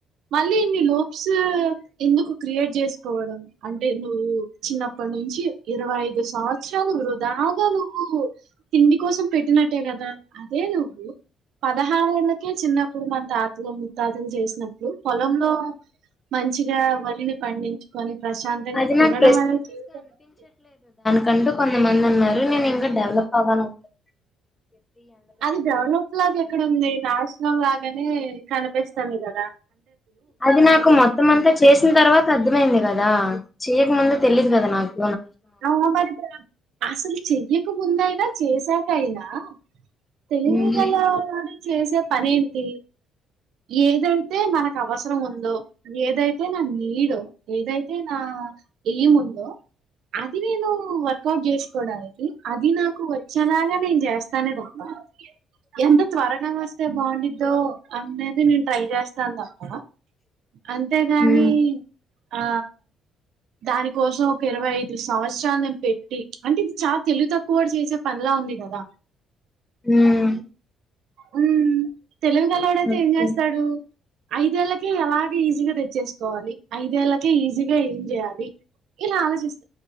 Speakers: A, on the right (about 70°); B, on the left (about 20°).
A: మళ్ళీ మి లూప్స్ ఎందుకు క్రియేట్ చేసుకోవడం, అంటే నువ్వు చిన్నప్పటి నుంచి ఇరవై ఐదు సంవత్సరాలు వృధాగా నువ్వు తిండి కోసం పెట్టినట్టే గ, అదే నువ్వు పదహారేళ్ళకే చిన్నప్పుడు మన తాతలు ముత్తాతలు చేసినట్లు పొలంలో మంచ్ చిగా వరిని పండించుకొని ప్రశాంతంగా
B: అది
A: తినడమే
B: నాకు
A: జీవితమా ఏంటి?
B: కంటూ కొంతమందున్నారు, నేనింకా డెవలప్ అవ్వాలనుకుంటు
A: అది డెవలప్ లాగా ఎక్కడుంది? నేషనల్ లా గనే కనిపిస్తుంది గదా
B: అది నాకు మొత్తం అంతా చేసిన్తర్వాత అర్థమయింది గదా చేయకముందు తెలీదు గదా నాక్
A: అవును మరిప్పుడు అసలు చెయ్యక ముందయినా చేశాక అయినా తెలివిగల్ల
B: ఉమ్,
A: వాడు చేసే పనేంటి? ఏదైతే మనక్ కవసరం ఉందో ఏదైతే నా నీడో, ఏదైతే నా ఎయిమ్ ఉందో అది నేను వర్కౌట్ జేస్కోడానికి అది నాకు వచ్చేలాగా నేన్జేస్తానే తప్ప, ఎంత త్వరగా వస్తే బాగుండిద్దో అన్నేది నేన్ ట్రై చేస్తాన్తప్ప అంతేగాని
B: ఉమ్,
A: అ దాని కోసం ఒక ఇరవై అయిద్ దు సంవత్సరాలు నేన్పెట్టి అంటే ఇది చాలా తెలివి తక్కువోడు చేసే పనిలా ఉంది గదా?
B: మ్
A: ఉమ్ తెలివిగల్లోడయితే
B: ఓకే.
A: ఏం జేస్తాడు? ఐదేళ్ళకే ఎలాగ ఈజీగా తెచ్చేసుకోవాలి ఐదేళ్ళకే ఈజీగా ఏం చేయాలి ఇలా ఆలోచిస్